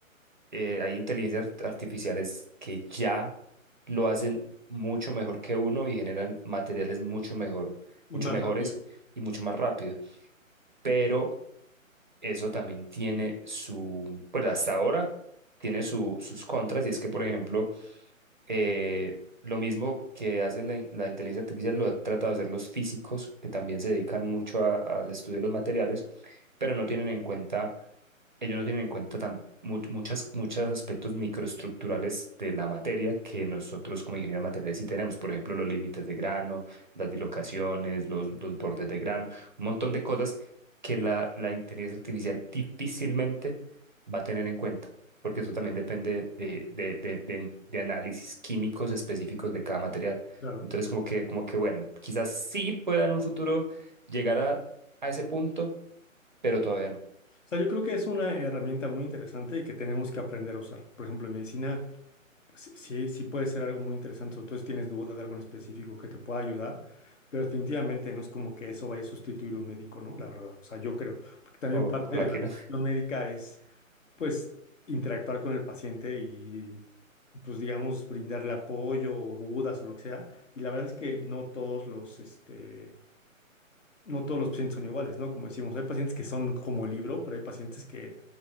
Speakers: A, on the right (about 35°); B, on the left (about 65°).
A: eh, hay inteligencias art- artificiales que ya lo hacen mucho mejor que uno y generan materiales mucho mejor,
B: Y
A: mucho
B: más
A: mejores
B: rápido,
A: y mucho más rápido. pero eso también tiene su, pues hasta ahora tiene su, sus contras, y es que, por ejemplo, eh, lo mismo que hace la, in- la inteligencia artificial lo ha tratado de hacer los físicos, que también se dedican mucho a- al estudio de los materiales, pero no tienen en cuenta, ellos no tienen en cuenta tan, mu- muchas, muchos aspectos microestructurales de la materia que nosotros como ingenieros materiales sí tenemos. Por ejemplo, los límites de grano, las dislocaciones, los, los bordes de grano, un montón de cosas que la, la inteligencia artificial difícilmente va a tener en cuenta porque eso también depende de, de, de, de- de análisis químicos específicos de cada material.
B: claro.
A: Entonces, como que, como que, bueno, quizás sí pueda en un futuro llegar a, a ese punto, pero todavía no.
B: O sea, yo creo que es una herramienta muy interesante y que tenemos que aprender a usar. Por ejemplo, en medicina Sí, sí sí puede ser algo muy interesante, sobre todo si tienes duda de algo en específico que te pueda ayudar, pero definitivamente no es como que eso vaya a sustituir un médico, ¿no? La verdad, o sea, yo creo, porque también
A: No,
B: parte
A: ojalá
B: de
A: que
B: la cuestión
A: no.
B: médica es,
A: <laughs>
B: pues, interactuar con el paciente y, y, pues, digamos, brindarle apoyo o dudas o lo que sea, y la verdad es que no todos los, este, no todos los pacientes son iguales, ¿no? Como decimos, hay pacientes que son como libro, pero hay pacientes que,